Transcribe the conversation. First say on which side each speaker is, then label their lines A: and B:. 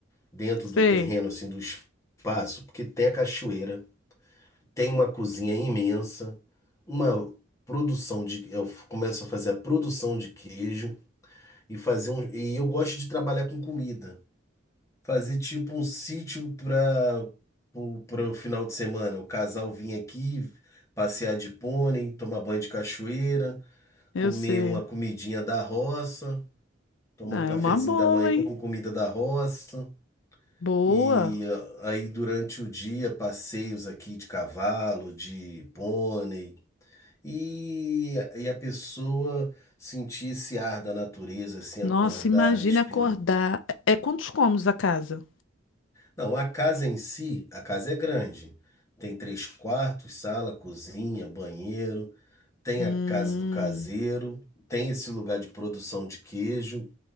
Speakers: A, on the left (about 15°); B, on the left (about 75°).
A: dentro
B: Sei,
A: do terreno, assim, do espaço, porque tem a cachoeira, tem uma cozinha imensa, uma produção de. Eu f- começo a fazer a produção de queijo e fazer um. E eu gosto de trabalhar com comida. Fazer tipo um sítio para o final de semana. O casal vir aqui, passear de pônei, tomar banho de cachoeira
B: eu
A: comer
B: sei.
A: uma comidinha da roça, tomar
B: Ah,
A: um cafezinho
B: é uma boa,
A: da manhã com
B: hein?
A: comida da roça.
B: Boa.
A: E ah, aí durante o dia, passeios aqui de cavalo, de pônei. E, e a pessoa sentir esse ar da natureza, assim,
B: Nossa,
A: acordar,
B: imagina
A: respirando.
B: acordar. É é quantos cômodos a casa?
A: Não, a casa em si, a casa é grande. Tem três quartos, sala, cozinha, banheiro. Tem
B: Hum.
A: a casa do caseiro. Tem esse lugar de produção de queijo.